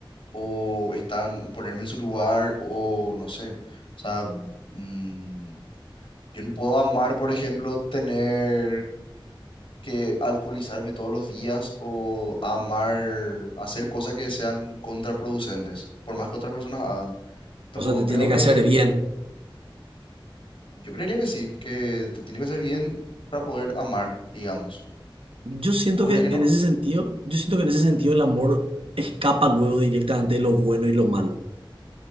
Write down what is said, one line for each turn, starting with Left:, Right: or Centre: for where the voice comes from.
Left: o estar, ponerme en su lugar o no sé, o sea, mm, yo no puedo amar, por ejemplo, tener que alcoholizarme todos los días o amar, hacer cosas que sean contraproducentes, por más que otras personas hagan. Tampoco
Right: O sea, te
Left: creo
Right: tiene que
Left: que,
Right: hacer bien.
Left: yo creería que sí, que te tiene que hacer bien para poder amar, digamos.
Right: Yo siento
Left: ¿Vos crees
Right: que
Left: que no?
Right: en ese sentido, yo siento que en ese sentido el amor escapa luego directamente de lo bueno y lo malo.